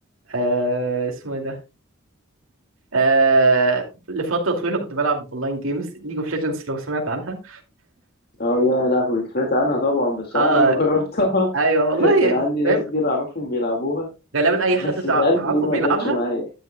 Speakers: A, on the right (about 75°); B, on the left (about 50°).
A: آه اسمه ايه ده آه لفترة طويلة كنت بلعب اونلاين جيمز ليج اوف ليجندز لو سمعت عنها
B: اه يا لهوي سمعت عنها طبعا بس
A: اه
B: عمري ما جربتها
A: ايوه والله
B: <laughs> كان عندي ناس
A: فاهم
B: كتير اعرفهم بيلعبوها
A: غالبا اي
B: بس
A: حد تع-
B: مش عارف
A: تعرفه
B: ليه ما
A: بيلعبها
B: جاتش معايا